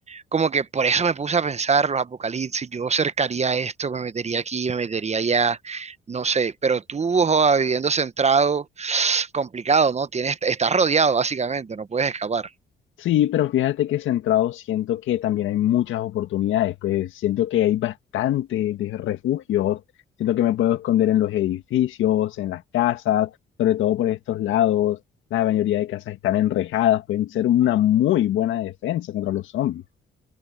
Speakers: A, on the right (about 35°); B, on the left (about 80°).
A: como que por eso me puse a pensar los apocalipsis. Yo cercaría esto, me metería aquí, me metería allá. No sé, pero tú, joda, viviendo centrado, <sniffs> complicado, ¿no? Tienes, estás rodeado, básicamente, no puedes escapar.
B: Sí, pero fíjate que centrado siento que también hay muchas oportunidades, pues siento que hay bastante de refugios, siento que me puedo esconder en los edificios, en las casas, sobre todo por estos lados, la mayoría de casas están enrejadas, pueden ser una muy buena defensa contra los zombies.